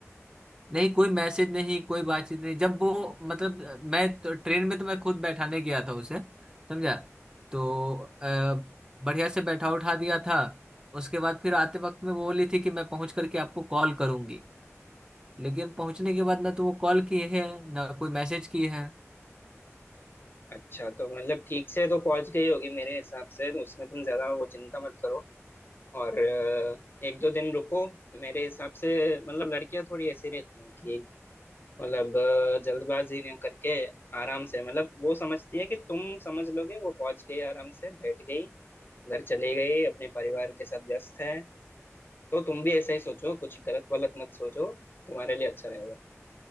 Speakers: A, on the right; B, on the left.
A: नहीं कोई मैसेज नहीं कोई बातचीत नहीं जब वो मतलब मैं तो, ट्रेन में तो मैं खुद बैठाने गया था उसे समझा तो अ, बढ़िया से बैठा उठा दिया था उसके बाद फिर आते वक्त में वो बोली थी कि मैं पहुंच करके आपको कॉल करूंगी लेकिन पहुंचने के बाद ना तो वो कॉल किए है ना कोई मैसेज किए है
B: अच्छा तो मतलब ठीक से तो पहुंच गई होगी मेरे हिसाब से तो उसमें तुम ज्यादा वो चिंता मत करो और अ, एक दो दिन रुको मेरे हिसाब से मतलब लड़कियां थोड़ी ऐसी रहती हैं कि मतलब अ, जल्दबाजी नहीं करके आराम से मतलब वो समझती है कि तुम समझ लोगे वो पहुंच गई आराम से बैठ गई घर चली गई अपने परिवार के साथ व्यस्त है तो तुम भी ऐसा ही सोचो कुछ गलत वलत मत सोचो तुम्हारे लिए अच्छा रहेगा